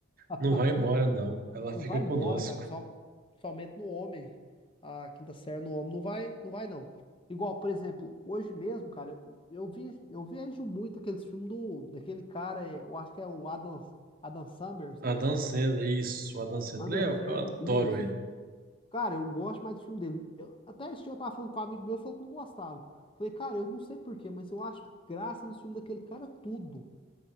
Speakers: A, on the left (about 25°); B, on the right (about 45°).
A: <laughs>
B: Não vai embora, não. Ela
A: Não
B: fica
A: vai embora,
B: conosco.
A: cara. Só, somente no homem. A quinta série no homem não vai, não vai, não. Igual, por exemplo, hoje mesmo, cara, eu, eu vi, eu vejo muito aqueles filmes do, daquele cara, é, eu acho que é o Adam, Adam Summers,
B: Adam
A: né?
B: Sandler, isso, o Adam Sandler,
A: Adam Sandler,
B: eu, eu adoro
A: isso.
B: ele.
A: Cara, eu gosto mais do filme dele. Eu- até esse dia eu tava falando com um amigo meu, falou que não gostava. Falei, cara, eu não sei por quê, mas eu acho graça no filme daquele cara tudo.